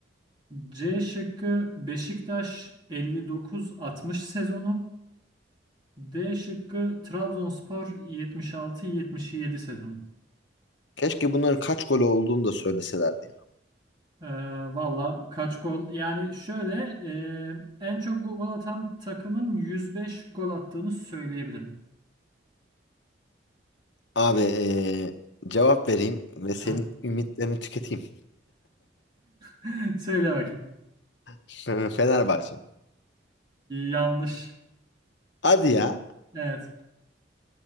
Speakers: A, on the right; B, on the left.
A: C şıkkı Beşiktaş 59-60 sezonu. D şıkkı Trabzonspor 76-77 sezonu.
B: Keşke bunların kaç golü olduğunu da söyleselerdi ya.
A: Ee, valla kaç gol? Yani şöyle e, en çok gol atan takımın 105 gol attığını söyleyebilirim.
B: Abi ee, cevap vereyim ve senin
A: Hı.
B: ümitlerini tüketeyim.
A: <laughs> Söyle bakayım.
B: <laughs> Fenerbahçe.
A: Yanlış.
B: Hadi ya.
A: Evet.